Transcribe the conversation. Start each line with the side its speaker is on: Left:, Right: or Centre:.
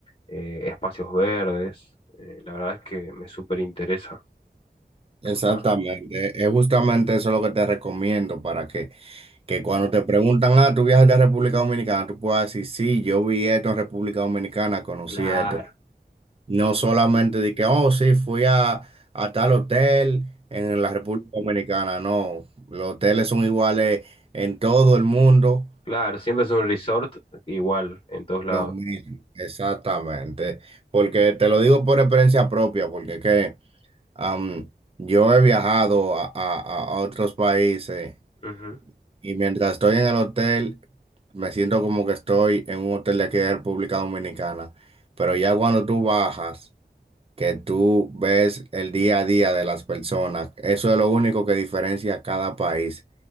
Left: eh, espacios verdes, eh, la verdad es que me súper interesa.
Right: exactamente.
Left: Está.
Right: Es justamente eso lo que te recomiendo para que que cuando te preguntan, ah, ¿tú viajas de República Dominicana? Tú puedas decir, sí, yo vi esto en República Dominicana, conocí
Left: Claro,
Right: esto. No solamente de que, oh, sí, fui a, a tal hotel en la República Dominicana. No, los hoteles son iguales en todo el mundo.
Left: claro, siempre es un resort igual en todos lados.
Right: Lo mismo, exactamente. Porque te lo digo por experiencia propia, porque es que am, yo he viajado a, a- a otros países
Left: Ujú.
Right: y mientras estoy en el hotel, me siento como que estoy en un hotel de aquí de República Dominicana. Pero ya cuando tú bajas... que tú ves el día a día de las personas. Eso es lo único que diferencia a cada país,